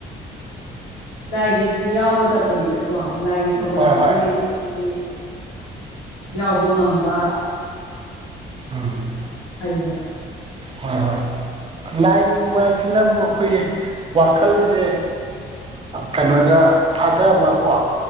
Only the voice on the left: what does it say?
ꯂꯥꯏꯒꯤꯁꯤꯗꯤ ꯌꯥꯎꯒꯗꯕꯅꯤꯗꯀꯣ ꯂꯥꯏꯒꯤ ꯊꯧꯒꯜꯁꯤꯗꯤ
ꯑꯩꯈꯣꯏꯒꯤ ꯌꯥꯎꯕ ꯉꯝꯕ
ꯀꯩꯅꯣ ꯐꯩꯌꯦꯕ